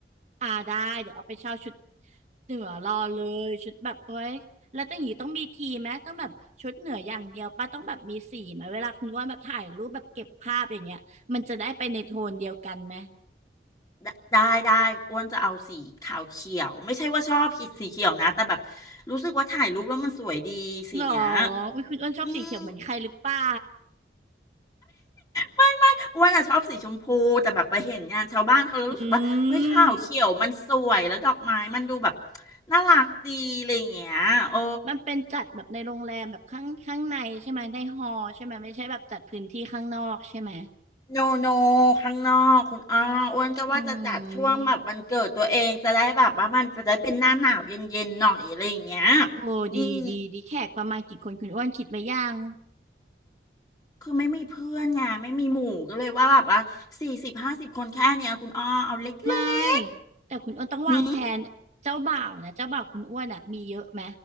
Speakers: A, on the right (about 40°); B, on the left (about 20°).
A: อ่าได้เดี๋ยวเอาไปเช่าชุดเหนือรอเลยชุดแบบโอ้ยแล้วต้องอย่างนี้ต้องมีทีมไหมต้องแบบชุดเหนืออย่างเดียวป้าต้องแบบมีสีไหมเวลาคุณอ้วนแบบถ่ายรูปแบบเก็บภาพอย่างเงี้ยมันจะได้ไปในโทนเดียวกันไหม
B: ได้ได้ได้อ้วนจะเอาสีขาวเขียวไม่ใช่ว่าชอบสีเขียวนะแต่แบบรู้สึกว่าถ่ายรูปแล้วมันสวยดีสีเนี้ย
A: หรออุ้ยคุณอ้วนชอบสีเขียวเหมือนใครหรือเปล่า
B: อืมไม่ไม่อ้วนอะชอบสีชมพูแต่แบบไปเห็นงานชาวบ้านเขาแล้วรู้สึกว่าเฮ้ยขาวเขียวมันสวยแล้วดอกไม้มันดูแบบ
A: อืม
B: น่ารักดีอะไรอย่างเงี้ยโอ้
A: มันเป็นจัดแบบในโรงแรมแบบข้างข้างในใช่ไหมในฮอลล์ใช่ไหมไม่ใช่แบบจัดพื้นที่ข้างนอกใช่ไหม
B: โนโนข้างนอกคุณอ้ออ้วนก็ว่าจะจัดช่วงแบบวันเกิดตัวเองจะได้แบบว่ามันจะได้เป็นหน้าหนาวเย็นๆหน่อยอะไรอย่างเงี้ย
A: อืมโอ้ดีดีดีแขกประมาณกี่คนคุณอ้วนคิดไว้ยัง
B: อืม คือไม่มีเพื่อนไงไม่มีหมู่ก็เลยว่าแบบว่าสี่สิบห้าสิบคนแค่เนี้ยคุณอ้อเอาเล็ก
A: ไม่แต่คุณอ้วนต้องวางแผนเจ้าบ่าวนะเจ้าบ่าวคุณอ้วนอ่ะมีเยอะไหม
B: ๆหืม